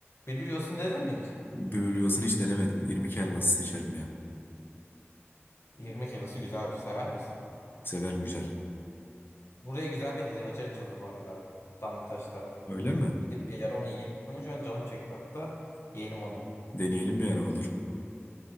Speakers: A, on the left; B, on the left.
A: Bülbül yuvasını dedin mi hiç?
B: Bülbül yuvasını hiç denemedim. İrmik helvası seçerim ya.
A: İrmik helvası güzel sever misin?
B: Severim güzel.
A: Buraya güzel bir helvacı açıldı bu arada. Damlataş'ta.
B: Öyle mi?
A: Gidip bir yere onu yiyelim. Kanka şu an canım çekti hatta. Yiyelim onu.
B: Deneyelim bir ara olur.